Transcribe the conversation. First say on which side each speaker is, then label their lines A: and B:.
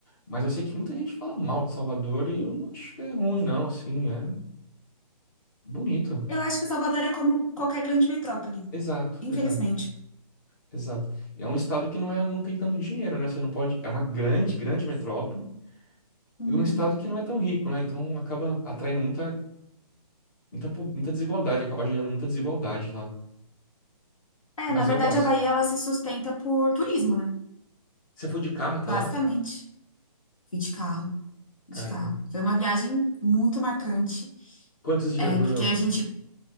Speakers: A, on the left; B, on the left.
A: Mas eu sei que muita gente fala mal de Salvador e eu não acho que é ruim, não. Assim, é bonito.
B: Eu acho que Salvador é como qualquer grande metrópole,
A: Exato,
B: infelizmente.
A: exato, exato. E é um estado que não é, não tem tanto dinheiro, né? Você não pode. É uma grande, grande metrópole.
B: Uhum.
A: num estado que não é tão rico, né? Então acaba atraindo muita, muita, po- muita desigualdade, acaba gerando muita desigualdade lá. Mas
B: É, na
A: eu
B: verdade,
A: gosto.
B: a Bahia ela se sustenta por turismo, né?
A: Você foi de carro até
B: Basicamente.
A: lá?
B: Fui de carro, de
A: Caramba.
B: carro. Foi uma viagem muito marcante,
A: Quantos dias
B: é,
A: durou?
B: porque a gente,